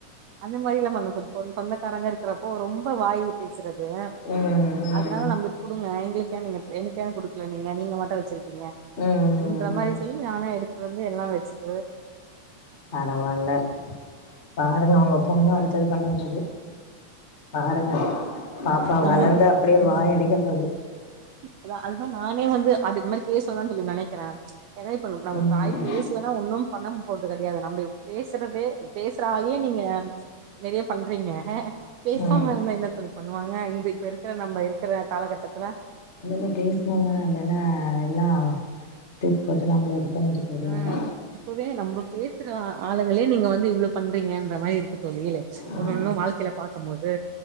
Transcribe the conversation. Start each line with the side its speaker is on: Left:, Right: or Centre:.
Right: அந்த மாரில்லா பண் சொ சொந்தக்காரங்க இருக்குறப்போ ரொம்ப வாயி பேசுறது
Left: ம்
Right: அதனால
Left: ம்
Right: நம்பளுக் குடுங்க எங்களுக் ஏன் நீங்க எனக்கு ஏன் குடுக்கல நீங்க நீங்க மட்டு வச்சிருக்கீங்க
Left: ம்
Right: அந்த மாரி சொல்லி நானே எடுத்துட்டு வந்து எங்கனா வச்சுக்
Left: பரவால்ல பாருங்க உங்க பொண்ணு அடுத்து அது பண்ண போது பாருங்க பாப்பா
Right: ஆமா
Left: வளந்து
Right: சிஸ்டர்
Left: அப்டியே வாய் அடிக்க போது
Right: அதா அதுதா நானே வந்து அது இது மாரி பேசுவான் சொல்லி நெனக்கிற ஏன்னா இப்ப நம்ம
Left: ம்
Right: வாய் பேசலன்னா ஒன்னும் பண்ண போறது கெடையாது நம்ப பேசுறதே பேசுற ஆலையே நீங்க நெறைய பண்றீங்க பேசாம
Left: ம்
Right: இருந்தா என்ன தோழி பண்ணுவாங்க இங்க இப்ப இருக்கிற நம்ப இருக்கிற காலகட்டத்துல
Left: இனிமே பேஸ்ணுனா இல்லன்னா எல்லா தூக்கிப் போட்டு நம்மள இது பண்ணிட்டு போயிடுவாங்க
Right: ஆ இப்பவே நம்ப பேசுறோ ஆ ஆளுங்களே நீங்க வந்து இவ்ளோ பண்றீங்கன்ற மாரி இருக்கு தோழி
Left: ம்
Right: ஒன்னு ஒன்னு வாழ்க்கையில பாக்கும் போது